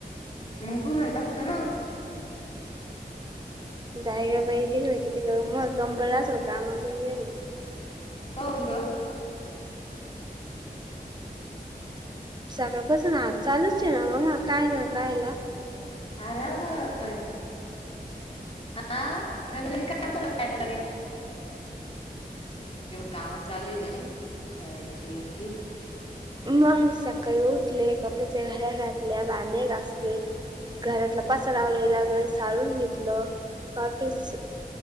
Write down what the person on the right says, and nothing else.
जायगे बाई तिकड किती म कंबरा असो कामजून गेलो
सकाळपसून आज चालूच ये ना ममा काय ना कायला
मग सकाळी उठले कपड्याच्या घऱ्या घातल्या बांदे घासले घरातला पास रावलेला घर सारून घेतलं वाफेस